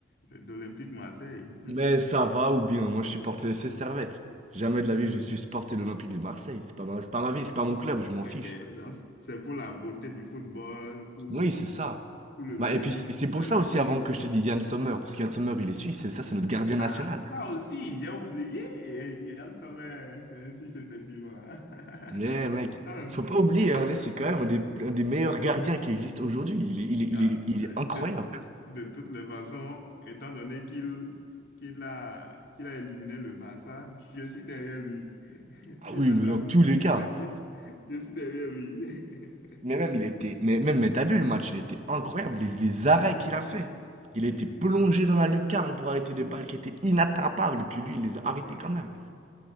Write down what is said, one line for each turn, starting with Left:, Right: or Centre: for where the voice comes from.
Left: d'Olympique Marseille.
Right: Mais ça va ou bien, moi je supporte le FC Servette. Jamais
Left: <laughs>
Right: de la vie je suis supporté l'Olympique de Marseille. C'est pas ma, c'est pas ma ville, c'est pas mon club, je m'en
Left: Ok,
Right: fiche.
Left: donc c'est pour la beauté du football, pour
Right: Oui, c'est ça.
Left: pour le mairie,
Right: Bah, et puis c'est c'est
Left: tout
Right: pour
Left: ça
Right: ça
Left: là
Right: aussi
Left: que tu
Right: avant
Left: supportes
Right: que je te
Left: l'Inter.
Right: dise Yann Sommer, parce qu'Yann Sommer il est suisse, et ça c'est notre gardien national.
Left: Ah, ça aussi, j'ai oublié. Yann Sommer, c'est un Suisse, effectivement. <laughs>
Right: Mais mec,
Left: Donc,
Right: faut pas oublier, hein, c'est quand même un des, un des meilleurs
Left: oui,
Right: gardiens qui existe aujourd'hui. Il est, il est- il
Left: euh,
Right: est- il
Left: de,
Right: est incroyable.
Left: de toutes les façons, étant donné qu'il qu'il a, qu'il a éliminé le Barça, je suis derrière lui. <laughs>
Right: Ah
Left: S'il
Right: oui,
Left: va
Right: mais
Left: dans,
Right: dans tous
Left: dans
Right: les
Left: toute
Right: cas,
Left: équipe, je suis derrière lui. <laughs>
Right: Mais même, il était. Mais même, mais t'as vu le match, il était incroyable. Les, les arrêts
Left: Non,
Right: qu'il
Left: oui,
Right: a fait.
Left: oui,
Right: Il
Left: oui,
Right: était plongé
Left: oui, oui, oui, oui.
Right: dans la lucarne pour arrêter des
Left: oui.
Right: balles qui étaient inattrapables. Et puis lui, il les
Left: Hmm, C'est
Right: a arrêtés
Left: ça,
Right: quand même.
Left: c'est ça.